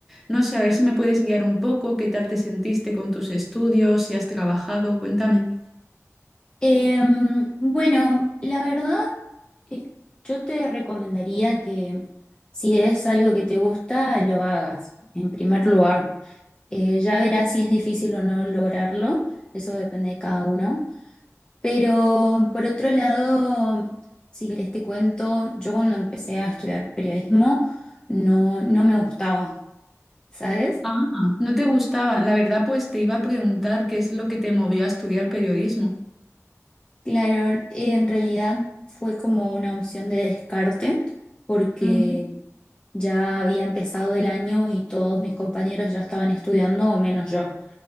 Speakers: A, in the centre; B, on the left.
A: No sé, a ver si me puedes guiar un poco, qué tal te sentiste con tus estudios, si has trabajado, cuéntame.
B: Em, bueno, la verdad, eh, yo te recomendaría que si es algo que te gusta, lo hagas, en primer lugar. Eh, ya verás si es difícil o no lograrlo, eso depende de cada uno. Pero por otro lado, si querés te cuento, yo cuando empecé a estudiar periodismo no, no me gustaba, ¿sabes?
A: Ah, no te gustaba. La verdad, pues te iba a preguntar qué es lo que te movió a estudiar periodismo.
B: Claro, en realidad fue como una opción de descarte porque...
A: Ujú.
B: Ya había empezado el año y todos mis compañeros ya estaban estudiando, o menos yo.